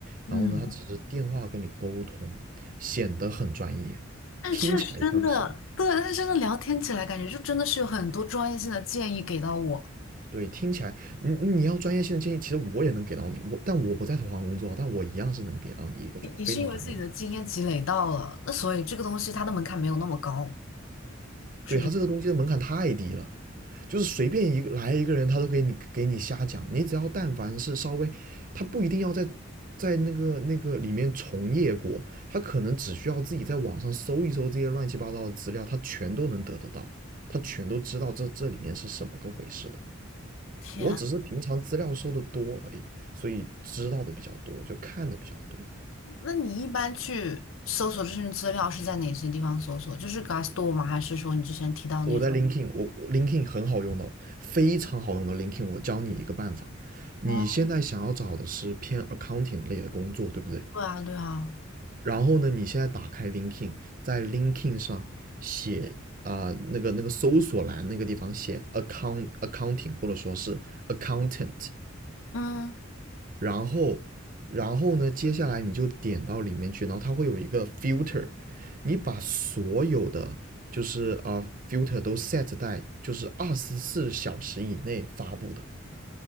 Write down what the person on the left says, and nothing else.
嗯，
但是确实真的，
对，但是真的聊天起来，感觉就真的是有很多专业性的建议给到我。
你你是因为自己的经验积累到了，那所以这个东西它的门槛没有那么高，是这个
天，
那你一般去搜索这些资料是在哪些地方搜索？就是 Glassdoor 吗？还是说你之前提到那种？
哦，
对啊，对啊，
嗯，